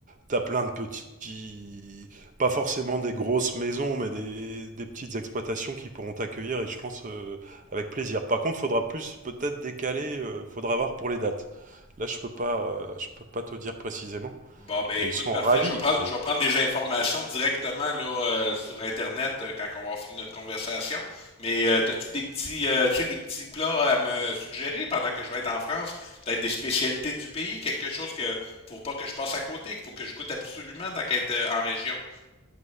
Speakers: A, on the right; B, on the left.
A: T'as plein de petits, pas forcément des grosses maisons, mais des, des petites exploitations qui pourront t'accueillir et je pense euh, avec plaisir. Par contre, faudra plus peut-être décaler, euh, faudra voir pour les dates. Là, je peux pas, euh, je peux pas te dire précisément,
B: Bon, ben,
A: mais
B: écoute,
A: ils sont
B: parfait.
A: ravis.
B: Je vais prendre,
A: Et...
B: je vais prendre des informations directement, là, euh, sur Internet euh, quand on va finir notre conversation. Mais, euh, t'as-tu des petits, euh, tu sais, des petits plats à me suggérer pendant que je vais être en France? Peut-être des spécialités du pays? Quelque chose que, faut pas que je passe à côté, qu'il faut que je goûte absolument tant qu'être euh, en région.